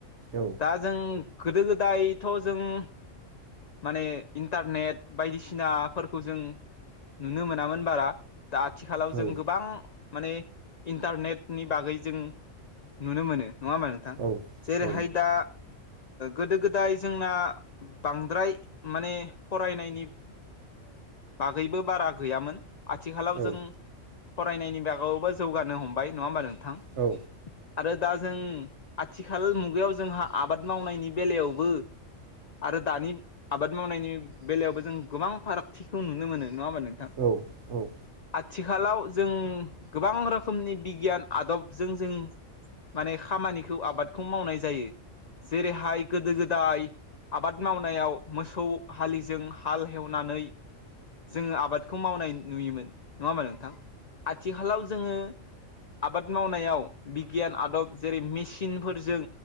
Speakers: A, on the right; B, on the left.
A: औ।
B: दा जों गोदो गोदायथ' जों माने इन्टारनेट बायदिसिनाफोरखौ जों नुनो मोनामोन बारा दा आथिखालाव
A: औ
B: जों गोबां माने इन्टारनेटनि बागै जों नुनो मोनो नङा होमबा नोंथां?
A: औ
B: जेरैहाय
A: औ
B: दा गोदो गोदाय जोंना बांद्राय माने फरायनायनि बागैबो बारा गैयामोन। आथिखालाव
A: औ
B: जों फरायनायनि बागावबो जौगानो हमबाय नङा होमबा नोंथां।
A: औ।
B: आरो दा जों आथिखाल मुगायाव जोंहा आबाद मावनायनि बेलायावबो आरो दानि आबाद मावनायनि बेलायावबो जों गोबां फारागथिखौ नुनो मोनो नङा होनबा नोंथां।
A: औ औ औ
B: आथिखालाव जों गोबां रोखोमनि बिगियान आदबजों जों माने खामानिखौ आबादखौ मावनाय जायो जेरैहाय। गोदो गोदाय आबाद मावनायाव मोसौ हलिजों हाल एवनानै जोङो आबादखौ मावनाय नुयोमोन नङा होमबा नोंथां आथिखालाव जोङो आबाद मावनायाव बिगियान आदब जेरै मिस सिन फोरजों